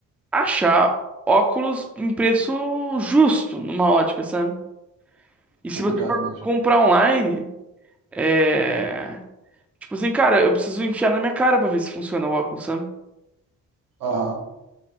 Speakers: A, in the centre; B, on the right (about 80°).
A: achar óculos em preço justo numa ótica, sabe? E se
B: Complicado
A: você for
B: mesmo.
A: comprar online, é... Tipo assim, cara, eu preciso enfiar na minha cara pra ver se funciona o óculos, sabe?
B: Aham,